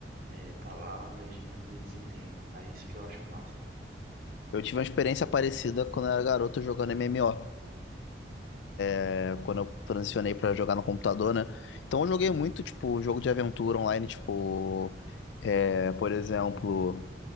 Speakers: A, on the right (about 50°); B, on the left (about 80°).
A: é, palavras, mas eles entendem. Aí isso que eu acho massa.
B: Eu tive uma experiência parecida quando eu era garoto jogando MMO, é, quando eu transicionei pra jogar no computador, né? Então eu joguei muito, tipo, jogo de aventura online, tipo, é, por exemplo.